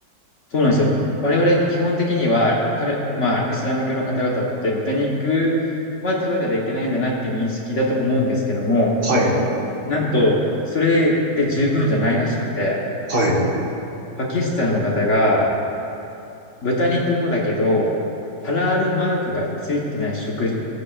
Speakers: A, on the left; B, on the right.
A: そうなんですよ。我々基本的には、彼、まあ、イスラム教の方々って豚肉は食べたらいけないんだなっていう認識だと思うんですけども、
B: はい、
A: なんと、それで十分じゃないらしくて、
B: はい。
A: パキスタンの方が豚肉もだけど、ハラールマークがついてない食、